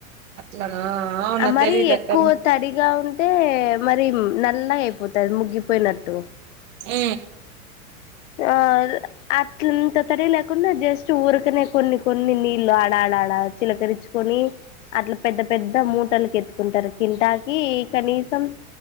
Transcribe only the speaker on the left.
మరి
ఎక్కువ తడిగా ఉన్ అంటే మరి నల్లగా అయిపోతది ముగ్గిపోయినట్టు
ఆ అట్లంటే తడి లేకుండా జస్ట్ ఊరికనే కొన్ని కొన్ని నీళ్లు ఆడాలి లాడలి చిలకరించుకొని అట్లా పెద్ద పెద్ద మూటలుకి ఎత్తుకుంటారు కింటాకి ఇక్క కనీసం